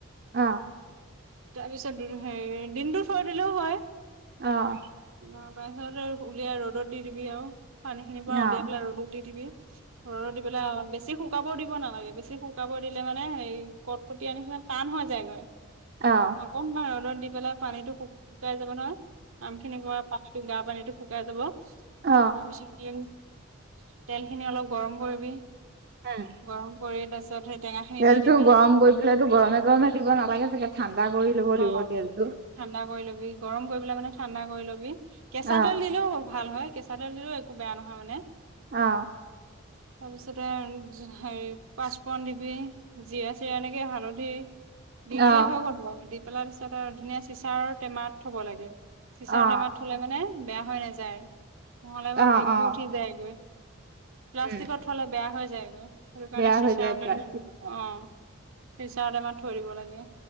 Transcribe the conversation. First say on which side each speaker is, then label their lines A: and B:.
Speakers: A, on the right; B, on the right.
A: অ'।
B: তাৰপিছত দিলোঁ হয়, দিনটো থৈ সিলেও হয়।
A: অ'।
B: অ', তাৰপিছতে উলিয়াই ৰ'দত দি দিবি আৰু পানী খিনিৰ পৰা
A: অ
B: উলিয়াই পেলাই ৰ'দত দি দিবি, ৰ'দত দি পেলাই, বেছি শুক শুকাবও দিব নালাগে, বেছি শুকাব দিলে মানে হেৰি কট-কটিয়া নিচিনা টান হৈ যায়গৈ।
A: অ'।
B: অকণমান ৰ'দত দি পেলাই পানীতো শু, শুকাই যাব নহয়, আম খিনি পৰা পানীটো বেয়া পানীটো শুকাই যাব,
A: অ অ
B: <unintelligible> দিওঁ, তেল খিনি অলপ গৰম কৰিবি।
A: উম
B: গৰম কৰি তাৰপিছত সেই টেঙা খিনি
A: তেলটো
B: দি দিবি
A: গৰম কৰি পেলাইটো গৰমে গৰমে দিব নালাগে চাগে, ঠাণ্ডা কৰি ল'ব লাগিব
B: অ',
A: তেলটো
B: ঠাণ্ডা কৰি ল'বি গৰম কৰি পেলাই মানে ঠাণ্ডা কৰি লবি কেঁচা
A: অ
B: তেল দিলেও ভাল হয়। কেঁচা তেল দিলেও একো বেয়া নহয় মানে
A: অ'।
B: তাৰপিছত আৰু হেৰি পাঁচপূৰণ দিবি। জিৰা-চিৰা এনেকে হালধি। দি
A: অ
B: দিলে হৈ গ'ল আৰু দি পেলাই তাৰপিছত আৰু ধুনীয়া চিচাৰ টেমাত থব লাগে। চিচাৰ
A: অ
B: টেমাত থ'লে মানে বেয়া হৈ নাযায়। নহ'লে
A: অ
B: ভেঁকুৰ
A: অ
B: উঠি যায়গে। প্লাষ্টিকত
A: উম
B: থ'লে বেয়া হৈ যায় গৈ, সেইটো কাৰণে
A: বেয়া
B: চিচাৰতে
A: হৈ যায় প্লাষ্টিক
B: থৈ অ'। চিচাৰ টেমাত থৈ দিব লাগে।